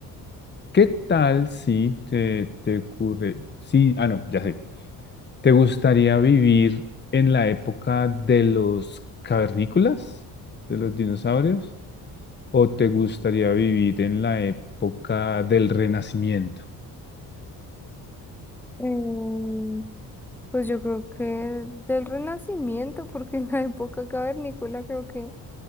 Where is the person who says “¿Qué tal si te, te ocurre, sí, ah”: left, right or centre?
Left